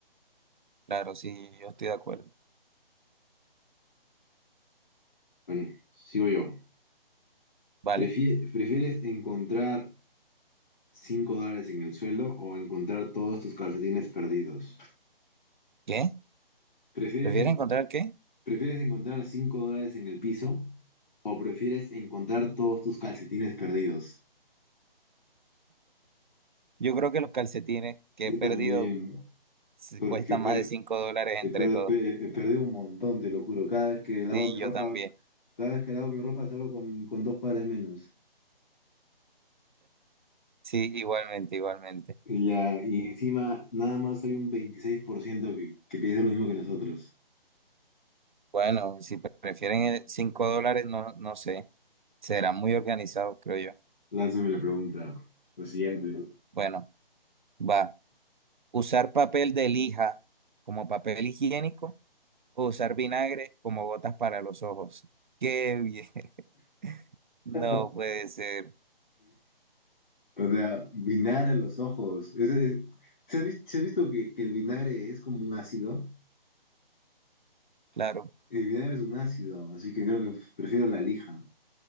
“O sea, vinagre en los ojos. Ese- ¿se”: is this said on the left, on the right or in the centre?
Left